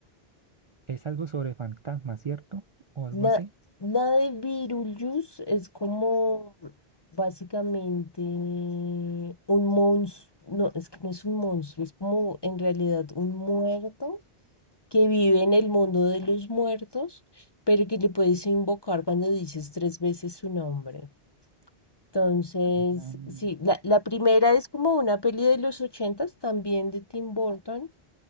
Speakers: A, on the right; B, on the left.
A: Es algo sobre fantasmas, ¿cierto? O algo
B: La,
A: así.
B: la de Beetlejuice es como básicamente un monstruo, no, es que no es un monstruo, es como en realidad un muerto que vive en el mundo de los muertos, pero que le puedes invocar cuando dices tres veces su nombre. Entonces,
A: Mm.
B: sí, la, la primera es como una peli de los ochentas, también de Tim Burton.